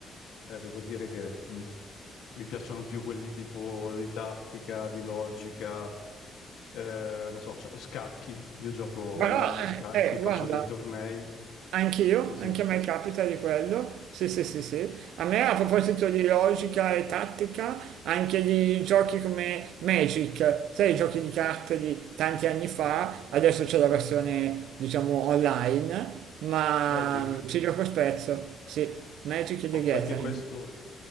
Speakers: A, on the left; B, on the right.
A: eh, devo dire che mm, mi piacciono più quelli tipo di tattica, di logica, Eh, non so, c- scacchi. Io gioco online
B: Però,
A: a scacchi,
B: eh, eh,
A: faccio
B: guarda.
A: dei tornei.
B: Anch'io,
A: Sì, sì.
B: anche a me capita di quello, sì sì sì sì, a me a proposito
A: Mm.
B: di logica e tattica, anche di giochi come Magic, sai i giochi di carte di tanti anni fa,
A: Mm.
B: adesso c'è la versione diciamo online, ma
A: Magic?
B: ci gioco spesso, sì, Magic e
A: Oh,
B: The Gathering,
A: sai che questo